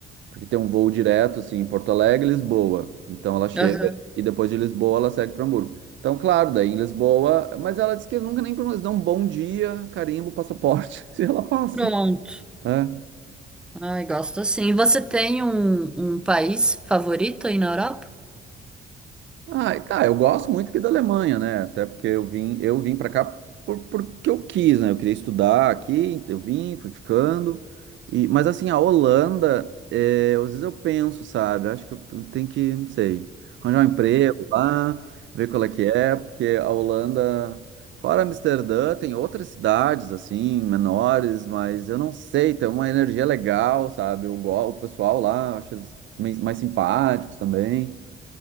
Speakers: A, on the right (about 70°); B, in the centre.
A: Porque tem um voo direto, assim, em Porto Alegre, Lisboa. Então ela chega
B: Aham.
A: e depois de Lisboa ela segue para Hamburgo. Então, claro, daí em Lisboa, mas ela disse que nunca nem perguntou, eles dão um bom dia, carimbo, passaporte, <laughs> e ela passa.
B: Pronto.
A: É.
B: Ai, gosto sim. E Você tem um, um país favorito aí na Europa?
A: Ah, cara, eu gosto muito aqui da Alemanha, né? Até porque eu vim, eu vim para cá por, porque eu quis, né? Eu queria estudar aqui, eu vim, fui ficando. E, mas assim, a Holanda, é, às vezes eu penso, sabe? Acho que eu tenho que, não sei, arranjar um emprego lá, ver qual é que é, porque a Holanda, fora Amsterdã, tem outras cidades assim, menores, mas eu não sei, tem uma energia legal, sabe? Eu, go- o pessoal lá, eu acho eles mais mais simpáticos também.